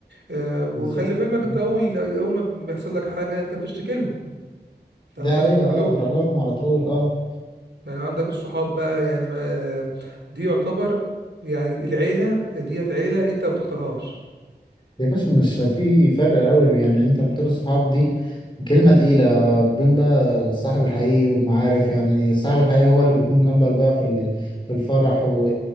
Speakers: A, on the right; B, on the left.
A: آه، وخلي
B: بالظبط
A: في علمك انت
B: آه.
A: اول اول ما بيحصل لك حاجه انت بتشتكي لهم
B: ده
A: او الناس
B: هي
A: بتروح
B: اه
A: لهم
B: بتروح لهم على طول اه
A: يعني عندك الصحاب بقى يعني ما دي يعتبر يعني العيلة ديت عيلة انت ما بتختارهاش
B: يا باشا مش في فرق قوي يعني انت بتقول الصحاب دي كلمة تقيلة بين بقى الصاحب الحقيقي والمعارف يعني الصاحب الحقيقي هو اللي بيكون جنبك بقى في ال- في الفرح و-